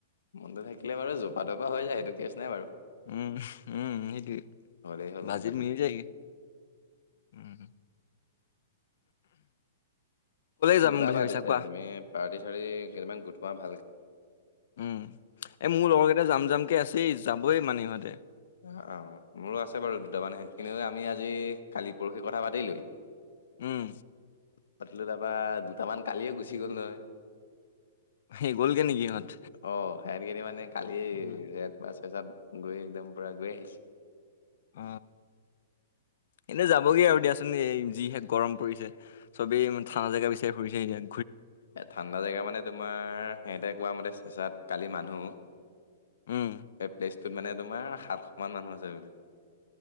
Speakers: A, on the left; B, on the left.
A: মনটো থাকিলে বাৰু জপা তপা হয় যায় সেইটো কেছ নাই বাৰু।
B: উম উম সেইটোৱে
A: হ'লেই হ'ল
B: বাজেট
A: মুঠতে।
B: মিলি যায় কি উম <inaudible> যাম
A: ওলাবা
B: বুলি ভাবিছা
A: তেতিয়া
B: কোৱা?
A: তুমি পাৰ্টি চাৰ্টি কেইদান গোটোৱা ভাল
B: উম এ মোৰ লগৰ কেইটা জাম জামকে আছেই যাবই মানে ইহঁতে
A: অ অ মোৰো আছে বাৰু দুটামানে সেঁতখিনি আমি আজি কালি পৰহি কথা পাতিলোৱৱেই
B: উম,
A: পাতিলো তাৰপা দুটামান গালিয়ে গুচি গ'ল নহয়
B: সেই গ'লগে নেকি ইহঁত?
A: অ সেহত কিন মানে কালি
B: উম,
A: সহ তছত গৈ একদম পূৰা গৈ আহিছে
B: অ এন্তু যাবগে আৰু দিয়াচোন এই যিহে গৰম পৰিছে চবেই থা জেগা বিচাৰি ঘুৰি ফুৰিছেহতেন
A: এ ঠাণ্ডা জেগা মানে তোমাৰ সিহতে কোৱা মতে চেচাত কালি মানুহ
B: উম,
A: এই প্লেচটোত মানে তোমাৰ সাতশ মান মানুহ আছে বোলে